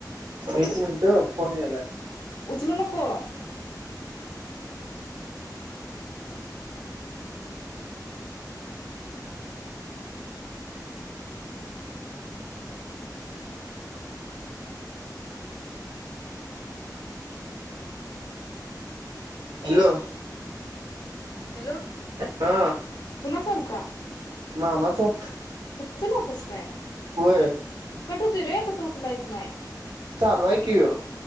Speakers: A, on the right; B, on the left.
A: एक मिनटं फोन यालाय.
B: उचलू नको.
A: हॅलो?
B: हॅलो
A: हा
B: पुन्हा चालता
A: मामाचा
B: चल होतास काय?
A: होय
B: कट होतोय रे तसं उचलायचं नाय
A: चालूय कि यो.